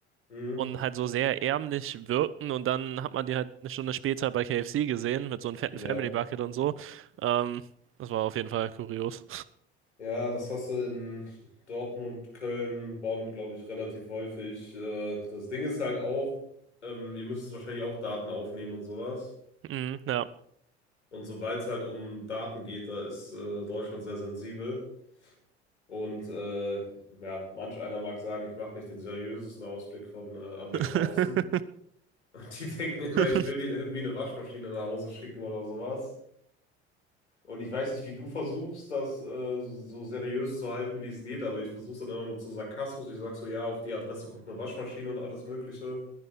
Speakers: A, on the left; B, on the right.
A: hm,
B: und halt so sehr ärmlich wirkten und dann hat man die halt eine Stunde später bei KFC gesehen mit so einem fetten
A: ja.
B: Family Bucket und so. Ähm, das war auf jeden Fall kurios.
A: Ja, das hast du in Dortmund, Köln, Bonn, glaube ich, relativ häufig. Äh, das Ding ist halt auch, ähm, ihr müsst wahrscheinlich auch Daten aufnehmen und sowas.
B: <laughs> Mhm, ja.
A: Und sobald es halt um Daten geht, da ist äh, Deutschland sehr sensibel. Und äh, ja, manch einer mag sagen, ich mache nicht den seriösesten Ausblick von, äh, Anblick von
B: <laughs>
A: außen. <laughs> Die denken immer,
B: <laughs>
A: ich will denen irgendwie eine Waschmaschine nach Hause schicken oder sowas. Und ich weiß nicht, wie du versuchst, das äh, so seriös zu halten, wie es geht, aber ich versuche es dann immer mit so Sarkasmus. Ich sage so, ja, auf die Adresse kommt eine Waschmaschine und alles Mögliche,